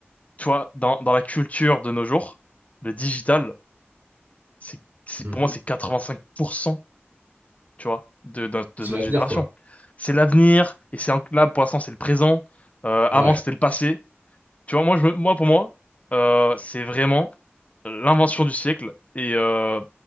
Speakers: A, on the left (about 35°); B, on the right (about 60°).
A: tu vois, dans, dans la culture de nos jours, le digital, c'est, c'est,
B: Mhm.
A: pour moi, c'est 85%, tu vois, de, de, de
B: C'est
A: notre
B: l'avenir,
A: génération.
B: quoi.
A: C'est l'avenir, et c'est, en- là, pour l'instant, c'est le présent, euh, avant,
B: Ouais.
A: c'était le passé. Tu vois, moi, je, me- moi, pour moi, euh, c'est vraiment l'invention du siècle, et, euh,